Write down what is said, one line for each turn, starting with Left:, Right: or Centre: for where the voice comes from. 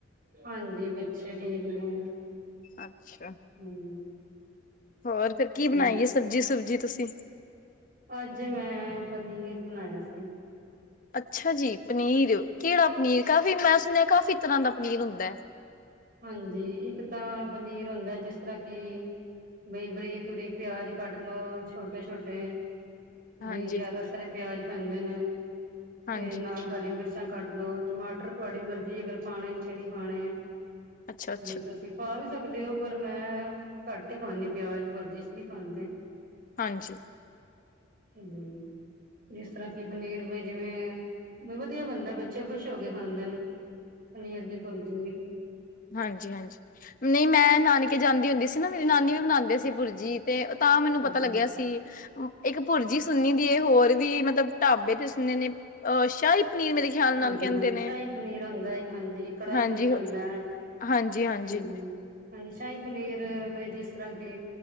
Right: ਹਾਂਜੀ ਬੱਚੇ ਠੀਕ ਨੇ,
Left: ਅੱਛਾ
Right: ਹੂੰ,
Left: ਹੋਰ ਫਿਰ ਕੀ
Right: ਹੂੰ।
Left: ਬਣਾਈਏ ਸਬਜ਼ੀ ਸੁਬਜੀ ਤੁਸੀਂ
Right: ਅੱਜ ਮੈਂ ਪਨੀਰ ਬਣਾਇਆ ਸੀ
Left: ਅੱਛਾ ਜੀ ਪਨੀਰ ਕਿਹੜਾ ਪਨੀਰ ਕਾਫ਼ੀ ਮੈਂ ਸੁਣਿਆ ਕਾਫ਼ੀ ਤਰ੍ਹਾਂ ਦਾ ਪਨੀਰ ਹੁੰਦਾ ਹੈ
Right: ਹਾਂਜੀ ਇੱਕ ਤਾਂ ਪਨੀਰ ਹੁੰਦਾ ਜਿਸ ਤਰ੍ਹਾਂ ਕਿ ਬਈ ਬਰੀਕ ਬਰੀਕ ਪਿਆਜ ਕੱਢ ਲੋੋ ਛੋਟੇ ਛੋਟੇ
Left: ਹਾਂਜੀ
Right: ਬ ਜਿਆਦਾ ਸਾਰੇ ਪਿਆਜ ਪੈਂਦੇ ਨੇ ਤੇ
Left: ਹਾਂਜੀ
Right: ਨਾਲ ਹਰੀ ਮਿਰਚ ਕੱਢ ਲੋ ਟਮਾਟਰ ਤੁਹਾਡੀ ਮਰਜ਼ੀ ਅਗਰ ਪਾਣੇ ਕਿ ਨਹੀਂ ਪਾਣੇ
Left: ਅੱਛਾ ਅੱਛਾ
Right: ਬਈ ਤੁਸੀਂ ਪਾ ਵੀ ਸਕਦੇ ਹੋ ਪਰ ਮੈਂ ਘੱਟ ਹੀ ਖਾਂਦੀ ਪਿਆਜ ਪਰਜਿਸ਼ ਨਹੀਂ ਖਾਂਦੇ
Left: ਹਾਂਜੀ
Right: ਹੂੰ ਜਿਸ ਤਰ੍ਹਾਂ ਕਿ ਪਨੀਰ ਜਿਵੇਂ ਵਧੀਆ ਬਣਦਾ ਬੱਚੇ ਖੁਸ਼ ਹੋ ਕੇ ਖਾਂਦੇ ਨੇ ਪਨੀਰ ਦੀ ਭੁਰਜੀ ਵੀ
Left: ਹਾਂਜੀ ਹਾਂਜੀ, ਨੀ ਮੈਂ ਨਾਨਕੇ ਜਾਂਦੀ ਹੁੰਦੀ ਸੀ ਨਾ ਮੇਰੀ ਨਾਨੀ ਵੀ ਬਨਾਂਦੇ ਸੀ ਪੁਰਜੀ ਤੇ ਤਾਂ ਮੈਨੂੰ ਪਤਾ
Right: ਅੱਛਾ
Left: ਲੱਗਿਆ ਸੀ। ਇੱਕ ਭੁਰਜੀ ਸੁਨੀ ਦੀ ਏ ਹੋਰ ਵੀ ਮਤਲਬ ਢਾਬੇ ਤੇ ਸੁਨੇ ਨੇ ਅਹ ਸ਼ਾਹੀ ਪਨੀਰ ਮੇਰੇ ਖਿਆਲ
Right: ਹਾਂਜੀ
Left: ਨਾਲ ਕਹਿੰਦੇ
Right: ਹਾਂਜੀ,
Left: ਨੇ
Right: ਸ਼ਾਹੀ ਪਨੀਰ ਹੁੰਦਾ ਇੱਕ ਹਾਂਜੀ, ਕੜਾਹੀ
Left: ਹਾਂਜੀ,
Right: ਪਨੀਰ ਹੁੰਦੇ,
Left: ਹਾਂਜੀ-ਹਾਂਜੀ।
Right: ਹਾਂਜੀ ਹਾਂਜੀ, ਸ਼ਾਹੀ ਪਨੀਰ ਵੀ ਜਿਸ ਤਰ੍ਹਾਂ ਕੇ